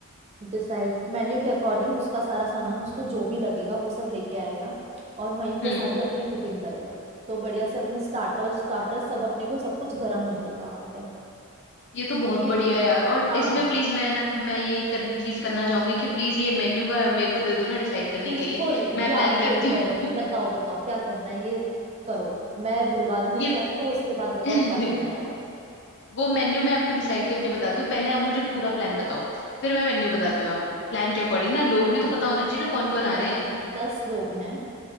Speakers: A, on the right (about 30°); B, on the left (about 55°).
A: डिसाइड मेन्यू के अकॉर्डिंग उसका सारा सामान उसको जो भी लगेगा वो सब लेके आएगा और वहीं पे
B: हम्म
A: सारी अपनी कुकिंग करेगा तो बढ़िया से अपने स्टार्टर्स स्टार्टर्स सब अपने को सब कुछ गरम मिलेगा वहाँ पे
B: ये तो बहुत
A: क्योंकि
B: बढ़िया है यार और
A: हाँ
B: इसमें प्लीज मैं ना मैं ये करनी चीज करना चाहूंगी कि प्लीज
A: हम्म,
B: ये मेन्यू का मेरे को दे दो ना डिसाइड करने
A: बिल्कुल
B: के लिए मैं
A: ये
B: प्लान
A: आपके
B: करती
A: ऊपर है
B: हूँ
A: बताओ
B: <laughs>
A: बताओ क्या करना है ये करो मैं बुलवा दूंगी
B: ये
A: शेफ को उसके बाद बताओ
B: <laughs>
A: क्या करना है
B: वो मेन्यू मैं आपको डिसाइड करके बताती हूँ पहले आप मुझे पूरा प्लान बताओ फिर मैं मेन्यू बताती हूँ आपको प्लान के अकॉर्डिंग ना लोग भी
A: हाँ
B: तो पता होना चाहिए ना कौन
A: ठीक
B: कौन आ
A: है
B: रहे हैं
A: दस लोग हैं